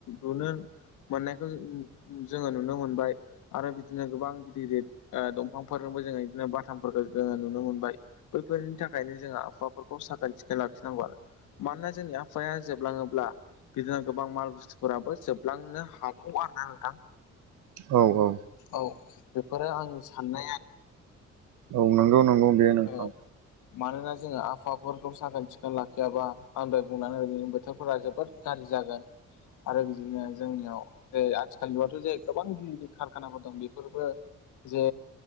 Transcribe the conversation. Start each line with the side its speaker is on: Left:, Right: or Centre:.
Left: लुनो मोननायखौ जोङो नुनो मोनबाय आरो बिदिनो गोबां गिदिर गिदिर ओ दंफांफोरजोंबो जोङो इदिनो बाथामफोरख ओ नुनो मोनबाय बैफोरनि थाखायनो जोंहा आबहावाफोरखौ साखोन सिखोन लाखिनांगौ आरो मानोना जोंनि आफहावाया जोबलाङोब्ला बिदिनो गोबां माल बुस्थुफोराबो जोबलांनो हाग अ आरोना नोंथां
Right: औ औ
Left: औ बेफोरो आंनि साननाय आरो
Right: औ नोंगौ नोंगौ बे नोंथां
Left: औ मानोना जोङो आबहावाफोरखौ साखोन सिखोन लाखियाबा आं दहाय बुंलांनाय बिदिनो बोथोरफोरा जोबोद गाज्रि जागोन आरो बिदिनो जोंनियाव जों आथिखालनि मुगायावथ जे गोबां गिदिर खारखानाफोर दं बेफोरबो जे